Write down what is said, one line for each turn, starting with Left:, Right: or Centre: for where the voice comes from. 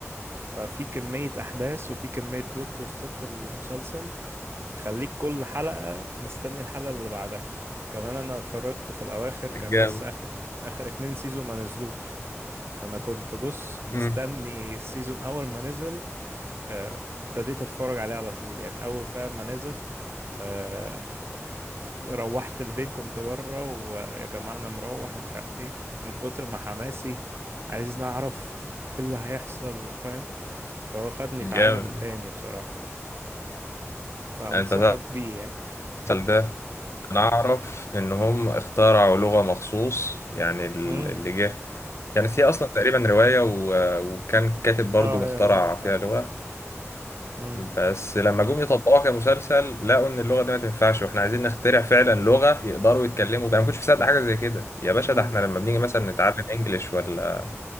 Right: ففي كمية أحداث وفي كمية بلوت تويستات في المسلسل تخليك كل حلقة مستني الحلقة اللي بعدها كمان أنا اتفرجت في الأواخر كان
Left: جامد
Right: لسه آخر آخر اتنين سيزون ما نزلوش فأنا كنت بص مستني
Left: مم.
Right: السيزون أول ما نزل آه، ابتديت اتفرج عليه على طول يعني اول فاهم ما نزل آه، روحت البيت كنت بره ويا جماعه انا مروح ومش عارف ايه من كتر ما حماسي عايز نعرف ايه اللي هيحصل وفاهم فهو خدني
Left: جامد
Right: في عالم تاني بصراحه فانصحك
Left: انت
Right: بيه يعني
Left: تعرف ده انا اعرف ان هم اخترعوا لغة مخصوص يعني ال-
Right: امم
Left: اللي جه كانت هي اصلا تقريبا رواية و... وكان كاتب برضو
Right: اه
Left: مخترع
Right: هي روايه فعلا
Left: فيها لغة
Right: امم
Left: بس لما جم يطبقوها كمسلسل لقوا ان اللغه دي ما تنفعش واحنا عايزين نخترع فعلا لغه يقدروا يتكلموا بيها انا ما كنتش مصدق حاجه زي كده يا باشا
Right: امم
Left: ده احنا لما بنيجي مثلا نتعلم انجليش ولا